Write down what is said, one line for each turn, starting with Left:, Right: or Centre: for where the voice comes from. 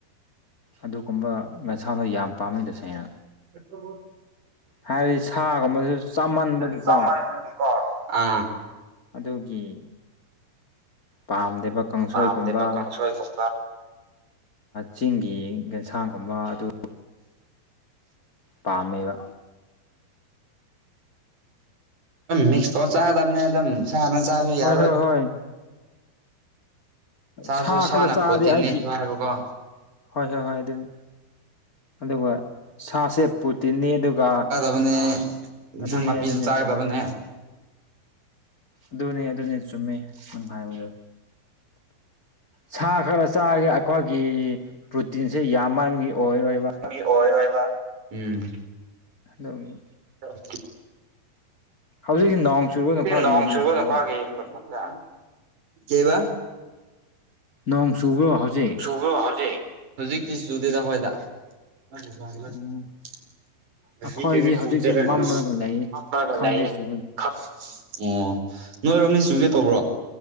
Left: ꯑꯗꯨꯒꯨꯝꯕ ꯅꯁꯥꯗꯣ ꯌꯥꯝ ꯄꯥꯝꯃꯤ ꯇꯁꯦꯡꯅ
Right: <unintelligible>
Left: ꯍꯥꯏꯕꯗꯤ ꯁꯥꯒꯨꯝꯕꯗꯁꯨ ꯆꯥꯃꯟꯕꯒꯤꯀꯣ
Right: ꯇꯤ ꯆꯥꯝꯃꯛ ꯈꯤꯀꯣ ꯑ
Left: ꯑꯗꯨꯒꯤ ꯄꯥꯝꯗꯦꯕ ꯀꯥꯡꯁꯣꯏꯒꯨꯝꯕ
Right: ꯄꯝꯗꯦꯕ ꯀꯪꯁꯨ ꯍꯣꯏ ꯀꯨꯝ
Left: ꯆꯤꯡꯒꯤ ꯌꯦꯟꯁꯥꯡꯒꯨꯝꯕ ꯑꯗꯨ ꯄꯥꯝꯃꯦꯕ
Right: ꯃꯤꯛꯁ ꯇꯧꯔ ꯆꯥꯒꯗꯕꯅꯦ ꯑꯗꯨꯝ ꯏꯁꯥꯅ ꯆꯥꯁꯨ
Left: ꯍꯣꯏ
Right: ꯌꯥꯔꯣꯏ
Left: ꯍꯣꯏ ꯍꯣꯏ
Right: ꯁꯥꯁꯨ
Left: ꯁꯥ
Right: ꯁꯥꯅ
Left: ꯈꯔ ꯆꯥꯔꯗꯤ
Right: ꯐꯣꯠꯇꯤ
Left: ꯑꯩꯒꯤ
Right: ꯅꯦꯖꯨ ꯍꯥꯏꯌꯦꯕꯀꯣ
Left: ꯍꯣꯏ ꯍꯣꯏ ꯍꯣꯏ ꯑꯗꯨꯅꯤ ꯑꯗꯨꯒ ꯁꯥꯁꯦ ꯄ꯭ꯔꯣꯇꯤꯟꯅꯤ ꯑꯗꯨꯒ
Right: ꯑꯗꯨꯅꯦ ꯏꯟꯁꯥꯡ
Left: ꯑꯗꯨꯅꯦ
Right: ꯅꯥꯄꯤꯁꯨ
Left: ꯑꯗꯨꯅꯦ
Right: ꯆꯥꯒꯗꯕꯅꯦ
Left: ꯆꯨꯝꯃꯦ ꯑꯗꯨꯅꯦ ꯑꯗꯨꯅꯦ ꯆꯨꯝꯃꯦ ꯅꯪꯍꯥꯏꯕꯗꯣ ꯁꯥ ꯈꯔ ꯆꯥꯒꯦ ꯑꯩꯈꯣꯏꯒꯤ ꯄ꯭ꯔꯣꯇꯤꯟꯁꯦ ꯌꯥꯝꯃꯟꯕꯒꯤ ꯑꯣꯏꯔꯣꯏꯕ
Right: ꯅꯪꯒꯤ ꯑꯣꯏꯔꯣꯏꯕ ꯎꯝ
Left: ꯑꯗꯨꯒꯤ
Right: ꯍ <inaudible>
Left: ꯍꯧꯖꯤꯛꯁꯨ ꯅꯣꯡ ꯆꯨꯕ ꯅꯈꯣꯏꯒꯤ
Right: ꯅꯣꯡ
Left: ꯃꯐꯝꯗ
Right: ꯆꯨꯕꯒꯤ ꯑꯩꯈꯣꯏꯒꯤ ꯀꯩꯕ
Left: ꯅꯣꯡ ꯆꯨꯕ꯭ꯔꯣ ꯍꯧꯖꯤꯛ
Right: ꯆꯨꯕ꯭ꯔꯣ ꯍꯧꯖꯤꯛ ꯍꯧꯖꯤꯛꯇꯤ ꯆꯨꯗꯦꯗ ꯍꯣꯏꯗ ꯉꯁꯤ
Left: ꯎꯝ ꯑꯩꯈꯣꯏꯗꯤ ꯍꯧꯖꯤꯛꯁꯦ
Right: ꯐꯣꯟ ꯇꯦꯔꯦꯉꯪ
Left: ꯃꯝꯂꯒ ꯂꯩ
Right: ꯑꯝꯄꯒ
Left: ꯈꯪꯗꯦ
Right: ꯂꯩꯌꯦ
Left: ꯆꯨꯒꯗ꯭ꯔꯥ
Right: ꯈꯛ <inaudible> ꯑꯣ ꯅꯣꯏꯔꯣꯝꯗꯤ ꯆꯨꯒꯦ ꯇꯧꯕ꯭ꯔꯣ